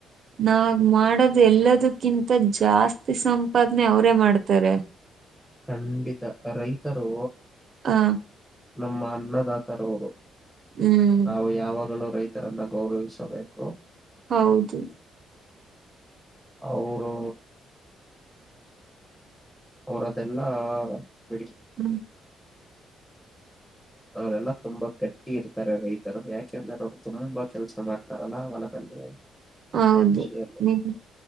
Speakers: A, on the right; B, in the centre.
A: ನಾವ್ ಮಾಡದು ಎಲ್ಲದಕ್ಕಿಂತ ಜಾಸ್ತಿ ಸಂಪಾದನೆ ಅವರೇ ಮಾಡ್ತಾರೆ.
B: ಖಂಡಿತ ರೈತರು.
A: ಹಾ
B: ನಮ್ಮ ಅನ್ನದಾತರವರು
A: ಹ್ಮ್
B: ನಾವು ಯಾವಾಗಲೂ ರೈತ್ ತರನ್ನ ಗೌರವಿಸಬೇಕು.
A: ಹೌದು.
B: ಅವರು. ಅವ್ರದೆಲ್ಲಾ ಬಿಡಿ.
A: ಹ್ಮ್
B: ಅವರೆಲ್ಲಾ ತುಂಬಾ ಗಟ್ಟಿ ಇರ್ತಾರೆ ರೈತರು ಯಾಕೆ ಅಂದ್ರೆ ಅವರು ತುಂಬಾ ಕೆಲ್ಸ ಮಾಡ್ತಾರಲ್ಲಾ ಹೊಲದಲ್ಲಿ.
A: ಹೌದು
B: ಕೃಷಿಯಲ್ಲಿ
A: ನಿವ್